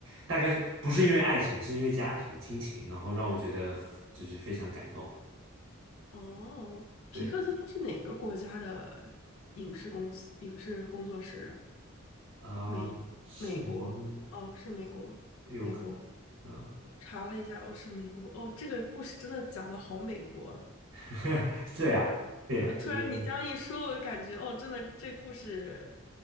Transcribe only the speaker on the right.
大概是不是因为爱情，是因为家庭亲情，然后让我觉得就是非常感动，
对。
啊、
是我们
有可能，
嗯、
<laughs> 对啊，对啊，
就是。